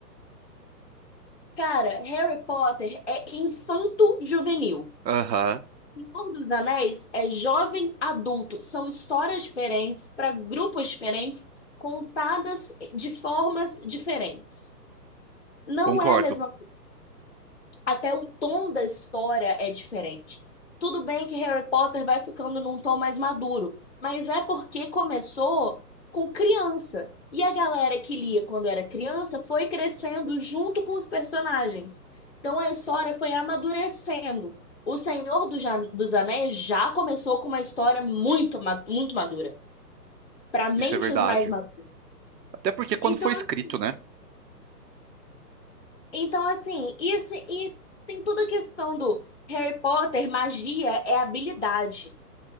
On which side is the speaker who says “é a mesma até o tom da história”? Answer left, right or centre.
Left